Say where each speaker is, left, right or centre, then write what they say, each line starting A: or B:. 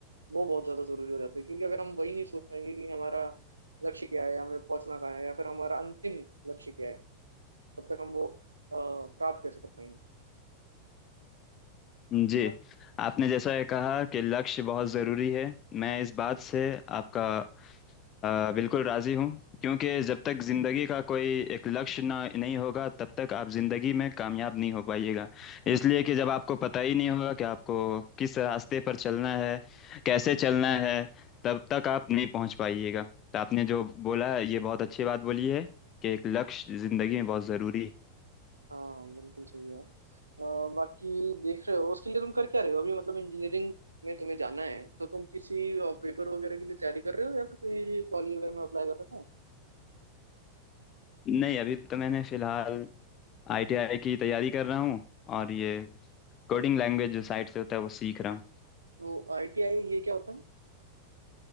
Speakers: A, on the right; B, on the left.
A: वो बहुत ज्यादा जरूरी हो जाता है क्योंकि अगर हम वही नहीं सोच पाएंगे कि हमारा लक्ष्य क्या है हमें पहुंचना कहाँ है या फिर हमारा अंतिम लक्ष्य क्या है तब तक हम वो अ, प्राप्त कैसे कर पाएंगे
B: जी
A: है ना
B: आपने जैसा ये कहा कि लक्ष्य बहुत ज़रूरी है मैं इस बात से आपका आ, बिल्कुल राज़ी हूँ क्योंकि जब तक ज़िंदगी का कोई एक लक्ष्य ना नहीं होगा तब तक आप ज़िंदगी में कामयाब नहीं हो पाइएगा इसलिए कि जब आपको पता ही नहीं होगा कि आपको किस रास्ते पर चलना है कैसे चलना है तब तक आप नहीं पहुँच पाइएगा तो आपने जो बोला ये बहुत अच्छी बात बोली है कि एक लक्ष्य ज़िंदगी में बहुत ज़रूरी है
A: हाँ बिल्कुल सही यार अ, बाकी देख रहे हो उसके लिए तुम कर क्या रहे हो अभी मतलब इंजीनियरिंग में तुम्हें जाना है तो तुम किसी पेपर वगैरह के लिए तैयारी कर रहे हो या फिर कोई कॉलेज वगैरह में अप्लाई कर रहे हो
B: नहीं अभी तो मैंने फिलहाल आईटीआई की तैयारी कर रहा हूँ और ये कोडिंग लैंग्वेज जो साइट से होता है वो सीख रहा हूँ
A: तो आईटीआई ये क्या होता है